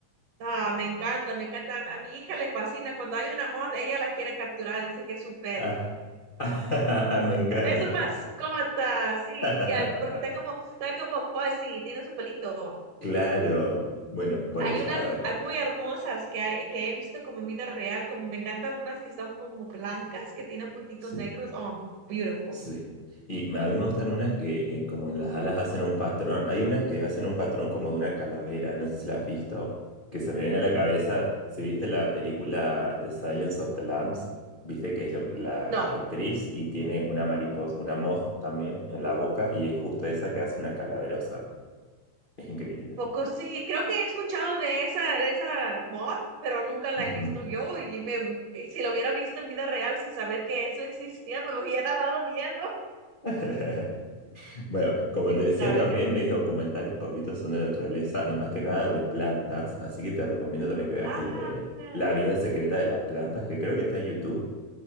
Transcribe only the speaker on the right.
Ah, me encanta, me encanta. A mi hija le fascina. Cuando hay una moth, ella la quiere capturar, dice que es su pet.
Es su mascota, sí,
ya, porque está como, está como fuzzy, tiene su pelito.
Hay
unas
ah, muy hermosas que, hay- que he visto como en vida real, como me encantan unas que están como blancas, que tienen puntitos
negros. Oh, beautiful.
No,
poco sí. Creo que he escuchado de esa, de esa mod, pero nunca la
he visto yo. Y, me, y si la hubiera visto en vida real sin saber que eso existía, me <laughs> hubiera dado miedo
<laughs>
sin
saber.
Ah,
mira.